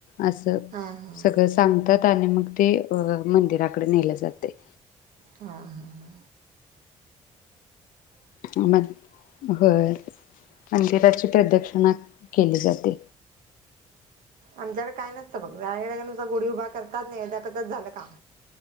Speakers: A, on the left (about 65°); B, on the right (about 70°).
A: असं
B: हां हां
A: सगळं सांगतात आणि मग ते अ मंदिराकडे नेलं जाते
B: हा हा हा
A: हा मग होय मंदिराची प्रदक्षिणा केली जाते
B: आमच्याकडे काय नसत बघ गुढी उभा करतात नैवेद्य दाखवायचा झालं काम